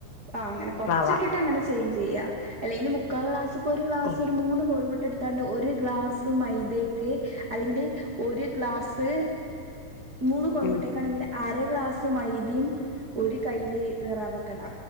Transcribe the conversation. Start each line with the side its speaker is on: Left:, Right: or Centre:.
Right: ആഹ അങ്ങനെ കുറച്ചിട്ടിട്ട്
Left: റവ
Right: ആഹ് ആഹ് അങ്ങനെ കൊറച്ചെക്കെയിട്ട് അങ്ങനെ ചേഞ്ച് ചെയ്യാം അല്ലെങ്കിൽ മുക്കാ ക്ലാസ് ഇപ്പോ ഒരു ക്ലാസ്
Left: ഉം
Right: ഒരു മൂന്ന് കോഴമുട്ടടു ത്താണ്ട് ഒരു ഗ്ലാസ് മൈദക്ക് അല്ലെങ്കിൽ ഒരു ഗ്ലാസ്സ് മൂന്ന് കോഴിമുട്ടക്കാണങ്കില്-
Left: ഉം
Right: അര ഗ്ലാസ് മൈതിം ഒരു കൈയില് റവക്കട